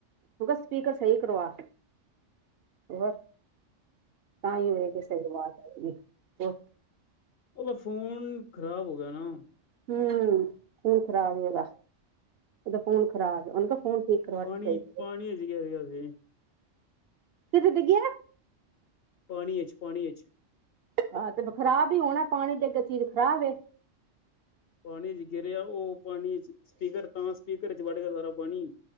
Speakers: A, on the right; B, on the left.
A: ਮ ਕਿਹਾ ਸਪੀਕਰ ਸਹੀ ਕਰਵਾ ਹੋ ਤਾਂ ਹੀ ਹੋਵੇ ਕਿਸ ਸ ਦੀ ਆਜ਼ ਹੈਗੀ <inaudible>
B: ਉਹਦਾ ਫੋਨ ਖ਼ਰਾਬ ਹੋ ਗਿਆ ਨਾ।
A: ਹੂ ਫੋਨ ਖਰਾਬ ਉਹਦਾ ਉਹਦਾ ਫੋਨ ਖ਼ਰਾਬ ਉਹਨੂੰ ਕਹਿ ਫੋਨ ਠੀਕ ਕਰਵਾ
B: ਪਾਣੀ
A: ਕੇ ਭੇਜ
B: ਪਾਣੀ
A: ਦੇ।
B: ਚ ਗਿਰਿਆ ਸੀ
A: ਕਿ ਫਿ ਡਿਗੀ ਐ।
B: ਪਾਣੀਏ ਚ ਪਾਣੀ 'ਪਾ।
A: ਆਹ, ਤੇ ਖ਼ਰਾਬ ਹੀ ਹੋਣਾ ਪਾਣੀ ਦੇ ਅੱਗੇ ਚੀਜ਼ ਖ਼ਰਾਬ ਏ।
B: ਪਾਣੀ ਚ ਗਿਰਿਆ। ਉਹ ਪਾਣੀ ਚ ਸਪੀਕਰ ਤਾਂ ਸਪੀਕਰ ਚ ਵੱੜ ਗਿਆ ਦੁਬਾਰਾ ਪਾਣੀ।